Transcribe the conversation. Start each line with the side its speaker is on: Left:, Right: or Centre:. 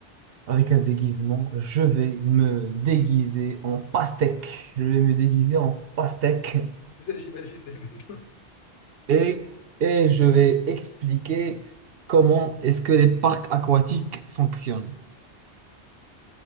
Right: avec un déguisement. Je vais me déguiser en pastèque. Je vais me déguiser en pastèque
Left: Ça, j'imagine dès maintenant.
Right: et, et je vais expliquer comment est-ce que les parcs aquatiques fonctionnent.